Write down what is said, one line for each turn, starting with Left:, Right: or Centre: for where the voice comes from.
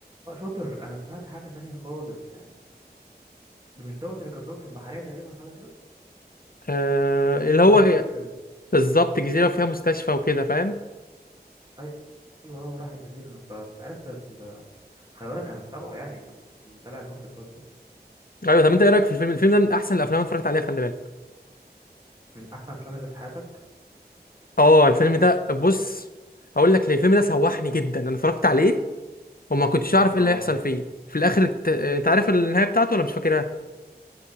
Right: اه شاطر انا سمعت حاجه تانية خالص يعني ده مش دوت اللي كان ظابط في البحريه تقريبا حاجه كده
Left: آه اللي
Right: او
Left: هو
Right: راح جزيره
Left: بالظبط جزيره وفيها مستشفى وكده فاهم
Right: ايوه ايوه هو راح الجزيره انا افتكرت عرفت ده خلي بالك انا متابعه يعني انا متابع المخرج دوت كده
Left: ايوه طب انت ايه رايك في الفيلم الفيلم ده من احسن الافلام اللي اتفرجت عليها خلي بالك
Right: من احسن افلام اللي في حياتك
Left: اه الفيلم ده بص هقول لك ليه الفيلم ده سوحني جدا انا اتفرجت عليه وما كنتش اعرف ايه
Right: اه
Left: اللي هيحصل فيه في الاخر ت- انت عارف النهايه بتاعته ولا مش فاكرها